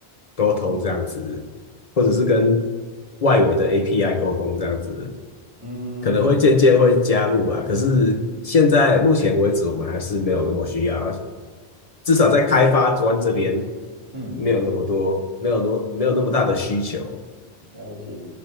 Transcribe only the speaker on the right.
嗯
嗯。
了解，